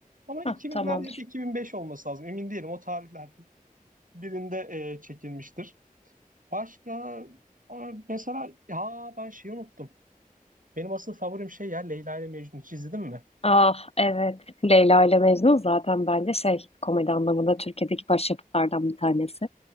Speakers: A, on the right; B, on the left.
A: Ama 2000'lerde
B: Hah, tamamdır.
A: ya da 2005 olması lazım. Emin değilim o tarihlerde. Birinde e, çekilmiştir. Başka Aa, mesela ha ben şeyi unuttum. Benim asıl favorim şey ya Leyla ile Mecnun. Hiç izledin mi?
B: Ah evet. Leyla ile Mecnun zaten bence şey komedi anlamında Türkiye'deki başyapıtlardan bir tanesi.